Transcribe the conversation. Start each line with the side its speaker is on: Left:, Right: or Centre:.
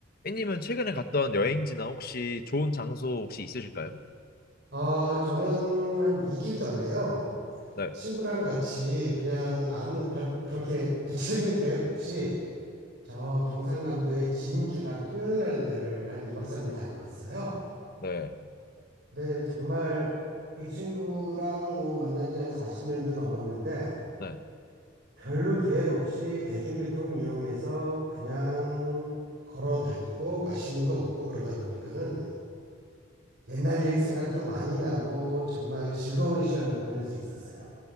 Left: A님은 최근에 갔던 여행지나 혹시 좋은 장소 혹시 있으실까요?
Right: 아, 저는 한 2주 전에요.
Left: 네,
Right: 친구랑 같이 그냥 아무 별, 그렇게 구체적인 계획 없이 저 경상남도의 진주랑 통영이라는 데를 한 2박 3일 다녀왔어요.
Left: 네,
Right: 근데 정말 이 친구랑 뭐 만난 지 한 40년도 넘었는데
Left: 네.
Right: 별로 계획 없이 대중교통 이용해서 그냥 걸어 다니고 맛있는 거 먹고 그러다 보니까는 옛날 일 생각도 많이 나고 정말 즐거운 시간을 보낼 수 있었어요.